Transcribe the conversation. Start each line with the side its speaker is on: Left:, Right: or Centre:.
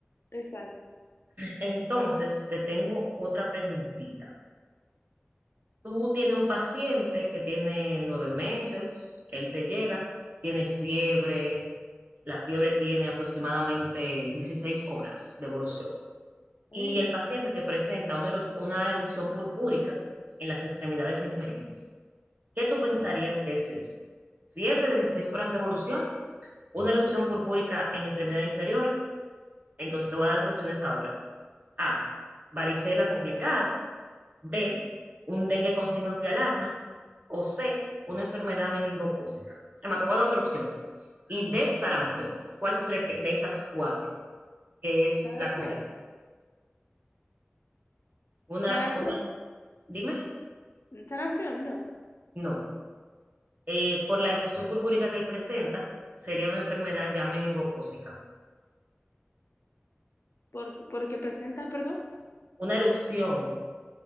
Left: exacto.
Right: Entonces, te tengo otra preguntita. Tú tienes un paciente que tiene nueve meses, él te llega, tiene fiebre, la fiebre tiene aproximadamente 16 horas de evolución
Left: Ay,
Right: y
Left: mi madre.
Right: el paciente te presenta una, eru- una erupción purpúrica en las extremidades inferiores. ¿Qué tú pensarías que es eso? ¿Fiebre de 16 horas de evolución? ¿Una erupción purpúrica en extremidades inferiores? Entonces te voy a dar las opciones ahora. A. Varicela complicada. B, un dengue con signos de alarma, o C, una enfermedad meningocócica. Además, te voy a dar otra opción. Y D, sarampión. ¿Cuál tú crees que de esas cuatro es
Left: Sarampión.
Right: la correcta? Una,
Left: Sarampe-
Right: una, dime,
Left: Sarampión, no.
Right: no. Eh, por la erupción purpúrica que él presenta, sería una enfermedad ya meningocócica.
Left: Por, porque presenta, perdón.
Right: Una erupción,